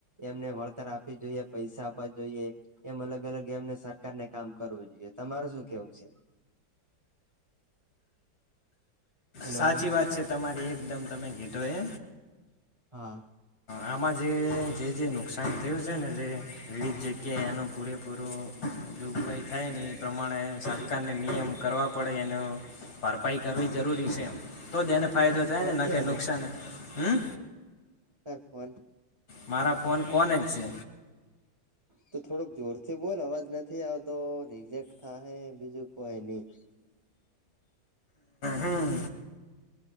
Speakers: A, on the right (about 30°); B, on the left (about 80°).
A: એમને વળતર આપવી જોઈએ પૈસા આપવા જોઈએ. એમ અલગ અલગ એમને સરકારને કામ કરવું જોઈએ તમારુ શું કેવું છે. હેલો
B: સાચી વાત છે તમારી એકદમ તમે કીધો એ
A: હા
B: આમાં જે જેજે નુકસાન થયું છે ને જે વિવિધ જગ્યાએ એનો પૂરેપૂરો જોગવાઈ થાય ને એ પ્રમાણે સરકારને નિયમ કરવા પડે એનો ભારપાઈ કરવી જરૂરી છે એમ તો જ એને ફાયદો
A: તાર
B: થાય
A: ફોન
B: ને ના
A: ચ્યાં
B: કે નુકસાન
A: સે
B: હમ
A: તરફોન
B: મારા ફોન કોન જ છે.
A: તું થોડોક જોરથી બોલ અવાજ નથી આવતો રિઝેક્ટ થાય બીજું કોઈ નહી.
B: હમ